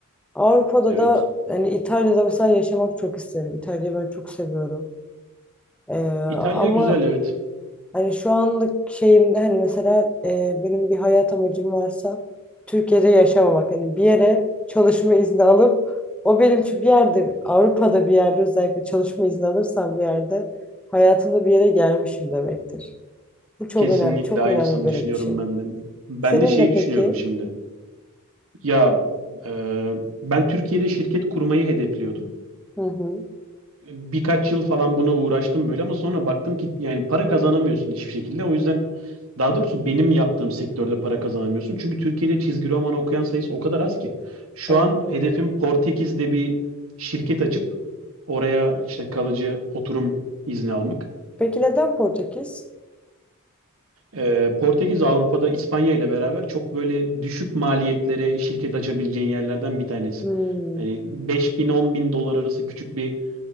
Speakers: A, in the centre; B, on the right.
A: Avrupa'da
B: evet.
A: da hani İtalya'da mesela yaşamak çok isterim. İtalya'yı ben çok seviyorum. Ee,
B: İtalya
A: ama
B: güzel evet.
A: hani şu anlık şeyimde hani mesela e, benim bir hayat amacım varsa Türkiye'de yaşamamak. Hani bir yere çalışma izni alıp o benim için bir yerde Avrupa'da bir yerde özellikle çalışma izni alırsam bir yerde hayatımda bir yere gelmişim demektir. Bu çok
B: Kesinlikle
A: önemli, çok
B: aynısını
A: önemli benim
B: düşünüyorum
A: için.
B: ben de. Ben
A: Senin
B: de şey
A: de
B: düşünüyorum
A: peki?
B: şimdi. Ya e, ben Türkiye'de şirket kurmayı hedefliyordum.
A: Hı hı.
B: birkaç yıl falan buna uğraştım böyle ama sonra baktım ki yani para kazanamıyorsun hiçbir şekilde. O yüzden daha doğrusu benim yaptığım sektörde para kazanamıyorsun. Çünkü Türkiye'de çizgi roman okuyan sayısı o kadar az ki. Şu
A: Evet
B: an
A: doğru.
B: hedefim Portekiz'de bir şirket açıp oraya işte kalıcı oturum izni almak.
A: Peki neden Portekiz?
B: Ee, Portekiz Avrupa'da İspanya ile beraber çok böyle düşük maliyetlere şirket açabileceğin yerlerden bir tanesi.
A: Hmm,
B: Hani 5 bin 10 bin dolar arası küçük bir